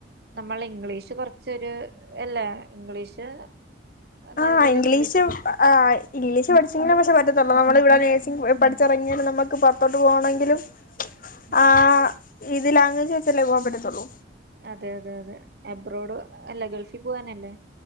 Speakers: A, on the right (about 55°); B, on the left (about 45°).
A: നമ്മൾ ഇംഗ്ലീഷ് കൊറച്ചൊരു ല്ലേ ഇംഗ്ലീഷ്
B: ആഹ്
A: നല്ലൊരു
B: ഇംഗ്ലീഷ്
A: കിട്ടും
B: ആ ഇംഗ്ലീഷ് പഠിച്ചെങ്കിലെ പക്ഷെ ല്ല നമ്മള് ഇവിടെ നേഴ്സിങ്‌ പഠിച്ചിറങ്ങിയാലും നമുക്ക് പോറത്തോട്ട് പോണെങ്കിലും
A: ഉം
B: ആ ഇത് ലാംഗ്വേജ് വെച്ചല്ലേ പോവാൻ പറ്റത്തോള്ളൂ
A: അതെ അതെ അതെ എബ്രോഡ് അല്ല ഗൾഫിൽ പോവാനല്ലേ